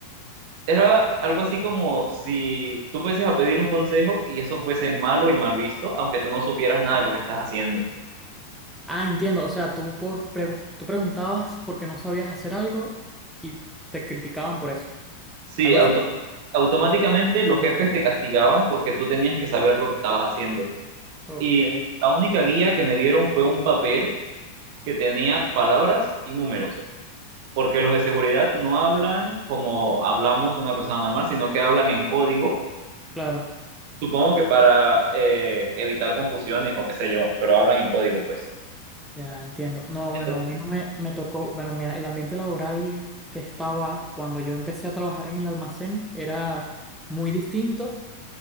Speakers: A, on the right; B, in the centre.
A: Era algo así como si tú fueses a pedir un consejo y eso fuese malo y mal visto, aunque tú no supieras nada de lo que estás haciendo.
B: Ah, entiendo. O sea, tú, por pre- tú preguntabas por qué no sabías hacer algo y te criticaban por eso.
A: Sí,
B: ¿Algo
A: auto-
B: así?
A: automáticamente los jefes te castigaban porque tú tenías que saber lo que estabas haciendo.
B: Ok,
A: Y la única guía que me dieron fue un papel que tenía palabras y números, porque los de seguridad no hablan como hablamos una persona normal, sino que hablan en código,
B: claro.
A: supongo que para eh, evitar confusiones o qué sé yo, pero hablan en código, pues.
B: Ya entiendo. No,
A: Entonces,
B: bueno, a mí no me, me tocó, bueno, mi- el ambiente laboral que estaba cuando yo empecé a trabajar en el almacén era muy distinto